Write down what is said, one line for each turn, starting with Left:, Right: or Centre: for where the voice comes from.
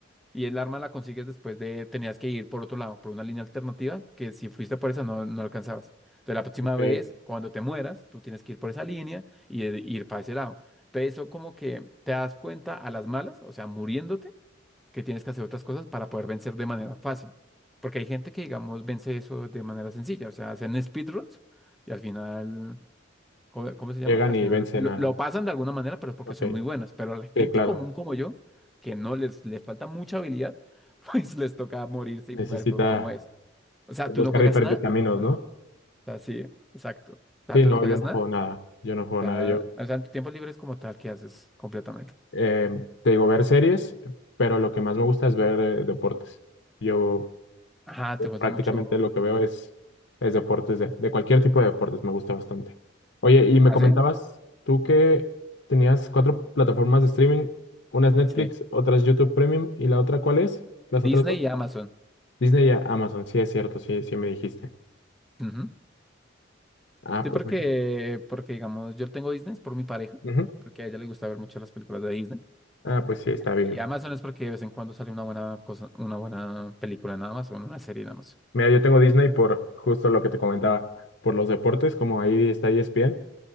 Centre: Y el arma la consigues después de, tenías que ir por otro lado, por una línea alternativa, que si fuiste por esa no, no alcanzabas. Entonces la próxima
Left: ok.
Centre: vez, cuando te mueras, tú tienes que ir por esa línea y, e- ir para ese lado. Entonces eso como que te das cuenta a las malas, o sea, muriéndote, que tienes que hacer otras cosas para poder vencer de manera fácil. Porque hay gente que, digamos, vence eso de manera sencilla, o sea, hacen speedruns y al final ¿cómo, cómo se llama?
Left: Llegan
Centre: Al
Left: y
Centre: final
Left: vencen
Centre: lo,
Left: a...
Centre: lo pasan de alguna manera, pero es porque
Left: Ok,
Centre: son muy buenas. Pero a la gente
Left: sí, claro.
Centre: común como yo, que no les, les falta mucha habilidad, <laughs> pues les toca morirse
Left: Necesita
Centre: y jugar el juego como es. O sea,
Left: buscar
Centre: tú no juegas
Left: diferentes
Centre: nada.
Left: caminos,
Centre: Ah,
Left: ¿no?
Centre: o sea, sí, exacto. O sea,
Left: Sí,
Centre: tú
Left: no,
Centre: no juegas
Left: yo no
Centre: nada.
Left: juego nada. Yo no juego
Centre: O
Left: nada.
Centre: sea,
Left: Yo
Centre: o sea, en tu tiempo libre es como tal que haces completamente.
Left: eh, te digo ver series, pero lo que más me gusta es ver eh, deportes. Yo
Centre: Ajá,
Left: Yo
Centre: te gusta
Left: prácticamente
Centre: mucho.
Left: lo que veo es, es deportes, de, de cualquier tipo de deportes, me gusta bastante. Oye, y me
Centre: ¿Ah,
Left: comentabas
Centre: sí?
Left: tú que tenías cuatro plataformas de streaming, unas Netflix,
Centre: Sí.
Left: otras YouTube Premium, y la otra, ¿cuál es? Las
Centre: Disney
Left: otras dos.
Centre: y Amazon.
Left: Disney y Amazon, sí es cierto, sí, sí me dijiste.
Centre: Ujú.
Left: Ah,
Centre: Sí,
Left: pues
Centre: porque,
Left: mira.
Centre: porque digamos, yo tengo Disney es por mi pareja,
Left: Ujú.
Centre: porque a ella le gusta ver mucho las películas de Disney.
Left: Ah, pues sí, está bien.
Centre: Y Amazon es porque de vez en cuando sale una buena cosa, una buena película nada más, o una serie nada más.
Left: Mira, yo tengo Disney por justo lo que te comentaba, por los deportes, como ahí está ESPN,